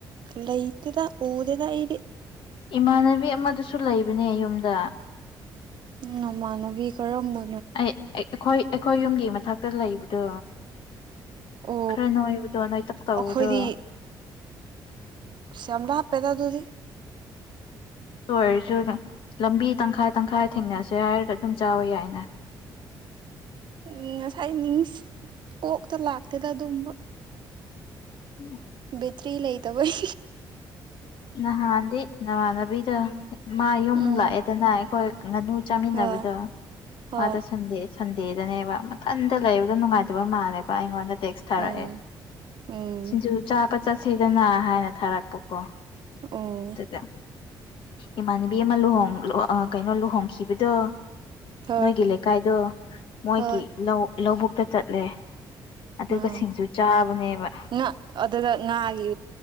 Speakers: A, on the right (about 60°); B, on the left (about 70°).
A: ꯂꯩꯇꯦꯗ ꯎꯗꯦꯗ ꯑꯩꯗꯤ
B: ꯏꯃꯥꯟꯅꯕꯤ ꯑꯃꯗꯨꯁꯨ ꯂꯩꯕꯅꯦ ꯌꯨꯝꯗ
A: ꯎꯝ ꯅꯃꯥꯟꯅꯕꯤ ꯀꯔꯝꯕ
B: ꯑꯩ ꯑꯩ ꯑꯩꯈꯣꯏ ꯑꯩꯈꯣꯏ ꯌꯨꯝꯒꯤ ꯃꯊꯛꯇ ꯂꯩꯕꯗꯣ
A: ꯑꯣ
B: ꯈꯔ ꯅꯣꯏꯕꯗꯣ ꯅꯣꯏ ꯇꯛ ꯇꯧꯕꯗꯣ
A: ꯑꯩꯈꯣꯏꯗꯤ ꯑꯁ ꯌꯥꯝ ꯂꯥꯞꯄꯦꯗ ꯑꯗꯨꯗꯤ
B: ꯗꯨ ꯑꯣꯏꯔꯁꯨꯌꯥ ꯂꯝꯕꯤ ꯇꯪꯈꯥꯏ ꯇꯪꯈꯥꯏ ꯊꯦꯡꯅꯁꯦ ꯍꯥꯏꯔꯒ ꯑꯗꯨꯝ ꯆꯥꯕ ꯌꯥꯏꯅ
A: ꯎꯝ ꯉꯁꯥꯏ ꯅꯤꯡꯁꯤ ꯀꯣꯛꯇ ꯂꯥꯛꯇꯦꯗ ꯑꯗꯨꯝꯕ
B: ꯎꯝ
A: ꯕꯦꯇ꯭ꯔꯤ ꯂꯩꯇꯕꯩ
B: ꯅꯍꯥꯟꯗꯤ ꯅꯃꯥꯟꯅꯕꯤꯗ ꯃꯥ ꯌꯨꯝ
A: ꯎꯝ
B: ꯂꯥꯛꯑꯦꯗꯅ ꯑꯩꯈꯣꯏ ꯉꯥꯅꯨ ꯆꯥꯃꯤꯟꯅꯕꯗꯣ
A: ꯍꯣꯏ ꯍꯣꯏ
B: ꯃꯥꯗꯣ ꯁꯟꯗꯦ ꯁꯟꯗꯦꯗꯅꯦꯕ ꯃꯊꯟꯇ ꯂꯩꯕꯗꯣ ꯅꯨꯡꯉꯥꯏꯇꯕ ꯃꯥꯜꯂꯦꯕ ꯑꯩꯉꯣꯟꯗ ꯇꯦꯛꯁ ꯊꯥꯔꯛꯑꯦ
A: ꯎꯝ ꯎꯝ
B: ꯁꯤꯡꯖꯨ ꯆꯥꯕ ꯆꯠꯁꯦꯗꯅ ꯍꯥꯏꯅ ꯊꯥꯔꯛꯄꯀꯣ
A: ꯑꯣ
B: ꯑꯗꯨꯗ ꯏꯃꯥꯟꯅꯕꯤ ꯑꯃ ꯂꯨꯍꯣꯡ ꯑꯥ ꯀꯩꯅꯣ ꯂꯨꯍꯣꯡꯈꯤꯕꯗꯣ
A: ꯍꯣꯏ
B: ꯃꯣꯏꯒꯤ ꯂꯩꯀꯥꯏꯗꯣ ꯃꯣꯏꯒꯤ
A: ꯍꯣꯏ
B: ꯂꯧ ꯂꯧꯕꯨꯛꯇ ꯆꯠꯂꯦ ꯑꯗꯨꯒ
A: ꯑꯣ
B: ꯁꯤꯡꯖꯨ ꯆꯥꯕꯅꯦꯕ
A: ꯉꯥ ꯑꯗꯨꯒ ꯉꯥꯒꯤ